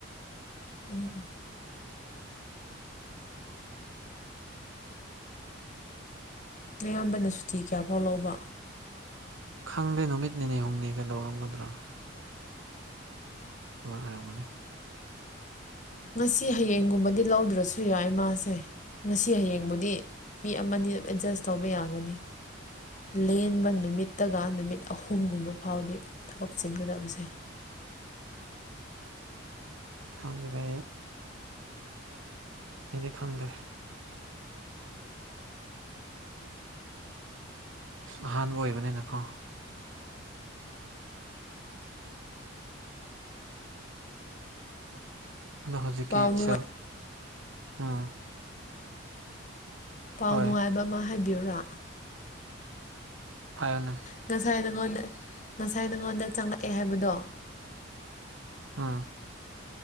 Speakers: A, on the left; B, on the right.
A: ꯎꯝ ꯑꯌꯥꯝꯕꯅ ꯁꯨꯇꯤ ꯀꯌꯥꯐꯥꯎ ꯂꯧꯕ
B: ꯈꯪꯗꯦ ꯅꯨꯃꯤꯠ ꯅꯤꯅꯤ ꯍꯨꯝꯅꯤꯒ ꯂꯧꯔꯝꯒꯗ꯭ꯔꯥ <unintelligible>
A: ꯉꯁꯤ ꯍꯌꯦꯡꯒꯨꯝꯕꯗꯤ ꯂꯧꯗ꯭ꯔꯁꯨ ꯌꯥꯏ ꯃꯥꯁꯦ ꯉꯁꯤ ꯍꯌꯦꯡꯕꯨꯗꯤ ꯃꯤ ꯑꯃꯅꯤ ꯑꯦꯗꯖꯁ ꯇꯧꯕ ꯌꯥꯒꯅꯤ ꯂꯦꯟꯕ ꯅꯨꯃꯤꯠꯇꯒ ꯅꯨꯃꯤꯠ ꯑꯍꯨꯝꯒꯨꯝꯕ ꯐꯥꯎꯗꯤ ꯊꯕꯛ ꯆꯤꯟꯒꯗꯕꯁꯦ <inaudible>
B: ꯈꯪꯗꯦꯗ ꯑꯩꯗꯤ ꯈꯪꯗꯦ ꯑꯍꯥꯟꯕ ꯑꯣꯏꯕꯅꯤꯅꯀꯣ ꯑꯗꯣ ꯍꯧꯖꯤꯛꯀꯤ
A: ꯄꯥꯎ ꯅꯨꯡꯉꯥꯏ
B: ꯁꯦꯜ ꯎꯝ
A: ꯄꯥꯎ
B: ꯍꯣꯏ
A: ꯅꯨꯡꯉꯥꯏꯕ ꯑꯃ ꯍꯥꯏꯕꯤꯌꯨꯔꯥ
B: ꯍꯥꯏꯌꯣꯅꯦ
A: ꯉꯁꯥꯏꯗ ꯀꯣꯟꯅ ꯉꯁꯥꯏ ꯅꯉꯣꯟꯗ ꯆꯪꯂꯛꯑꯦ ꯍꯥꯏꯕꯗꯣ
B: ꯍꯥꯝ